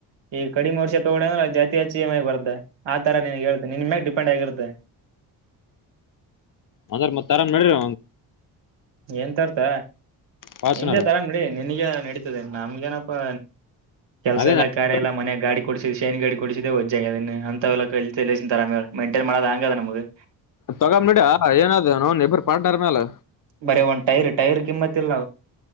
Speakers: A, on the right; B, on the left.
A: ಈ ಕಡಿಮೆ ವರ್ಷ ತಗೋ ಅಂದ್ರೆ ಜಾತಿ ಹೆಚ್ಚಿ ಈ ಎಂ ಐ ಬರ್ದೆ ಆ ತರ ನೀನ್ ಹೇಳ್ದಿದೆ ನಿನ್ ಮೇ ಡಿಪೆಂಡ್ ಆಗಿರತ್ತದೆ
B: ಮದರ್ ಆರಾಮ್ ಇರು
A: ಏನ್ ತರ್ತ
B: ಫಾರ್ಚುನರ್
A: ಹಿಂದೆ ತರ ನಡಿ ನಿನ್ಗ ನಡೀತದೆ ನಮ್ಗೇನಪ್ಪಾ ಕೆಲ್ಸ
B: ಅದೇ
A: ಎಲ್ಲ ಕಾರ್ಯ ಎಲ್ಲಿ ಮನೆಯಾಗ ಗಾಡಿ ಕೊಡ್ಸಿ ಶೇನ್ ಗಡಿ ಕೊಡಿಸಿದೆೆಜಾಗದ ಅಂತಲ್ಲರೇ ಮಂೈನ್ ಮಾಡದ ಹಂಗದ ನಮಗೆ
B: ತೊಗಾಂಬ ನಡಾ ಏನಾದ ನನ್ ಇಬ್ಬರು ಪಾಟ್ನರ್ ಮೇಲೆ
A: ಬರೇ ಒಂದ್ ಟೈರ್ ಟೈರ್ ಕಿಮ್ಮತ್ತಲ್ಲ